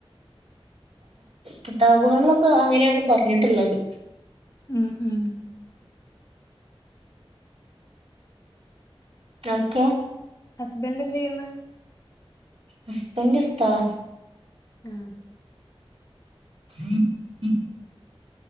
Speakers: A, on the right (about 80°); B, on the left (about 30°).
A: കിതാബുകളിലലൊക്കെ അങ്ങനെയാണ് പറഞ്ഞിട്ടുള്ളത്.
B: ഉം ഉം
A: ദേക്കെ
B: ഹസ്ബൻഡ് എന്ത ചെയ്യന്ന്?
A: ഹസ്ബൻഡ് ഉസ്താദ.
B: ആഹ
A: <inaudible>